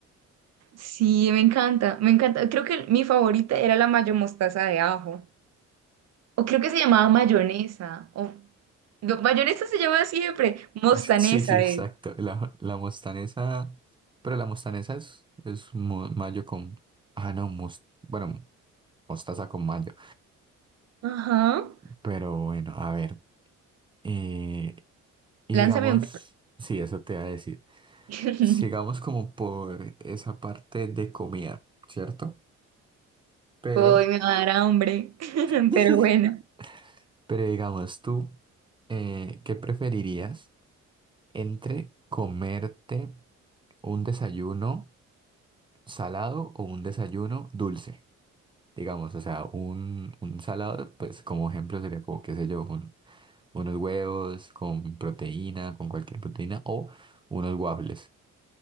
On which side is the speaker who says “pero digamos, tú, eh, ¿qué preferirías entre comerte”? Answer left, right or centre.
Right